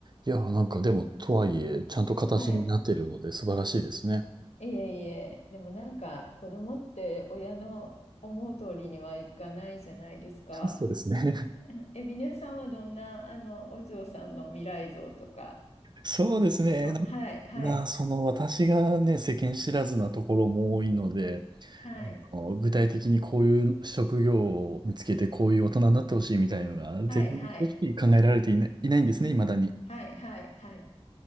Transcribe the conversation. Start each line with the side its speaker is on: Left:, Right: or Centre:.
Right: いや、なんかでも、とはいえ、ちゃんと形になっているので素晴らしいですね。
Left: はい。いえいえ。でもなんか子供って親の思う通りにはいかないじゃないですか。
Right: <laughs> そうですね。
Left: <laughs> え、ビネさんはどんな、あの、お嬢さんの未来像とか、
Right: そうですね。
Left: お、はい、はい、
Right: な、<laughs> なその私がね、世間知らずなところも多いので、
Left: はい、
Right: あの、具体的にこういう職業を見つけて、こういう大人になってほしいみたいのが、全然正直考えられていない、
Left: はい、はい、
Right: いないんですね、未だに。
Left: はい、はい、はい。